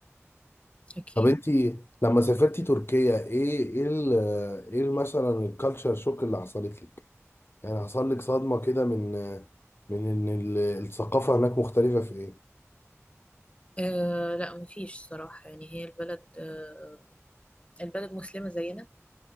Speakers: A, on the left; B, on the left.
A: أكيد
B: طب انت لما سافرتي تركيا ايه ايه ال- ايه ال- مثلا الكالتشر شوك اللي حصلت لك يعني حصل لك صدمه كده من من ان ال- الثقافه هناك مختلفه في ايه
A: آه لا مفيش صراحة يعني هي البلد آه البلد مسلمة زينا